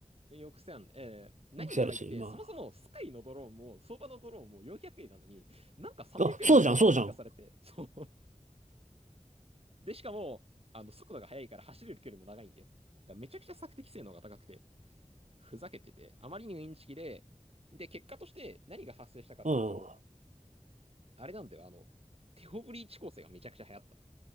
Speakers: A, on the right; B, on the right.
A: う。よくせん。えー何がやばいって、
B: 抑制あるし、ま
A: そもそもスカイのドローンも、相場のドローンも400円なのに、なんか300円のドローンが追加されて、
B: あ。あ、そうじゃん、そうじゃん。
A: そう。<laughs> で、しかも、あの、速度が速いから走れる距離も長いんだよ。だからめちゃくちゃ索敵性能が高くて、ふざけてて、あまりにインチキで、で、結果として何が発生したかっていうと、
B: うん。
A: あれなんだよ、あの、テオブリーチ構成がめちゃくちゃ流行った。